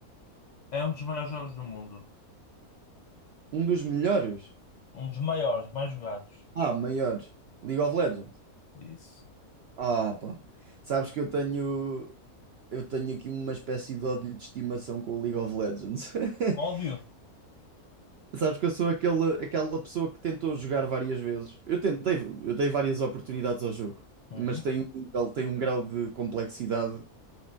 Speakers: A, on the left; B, on the right.
A: É um dos maiores jogos do mundo.
B: Um dos melhores?
A: Um dos maiores, mais jogados.
B: Ah, maiores. League of Legends.
A: Isso.
B: Ah, pá. Sabes que eu tenho, eu tenho aqui uma espécie de ódio de estimação com o League of Legends.
A: Óbvio.
B: <laughs> Sabes que eu sou aquele, aquela pessoa que tentou jogar várias vezes. Eu tentei, eu dei várias oportunidades ao jogo,
A: Uhum.
B: mas tem um nível, tem um grau de complexidade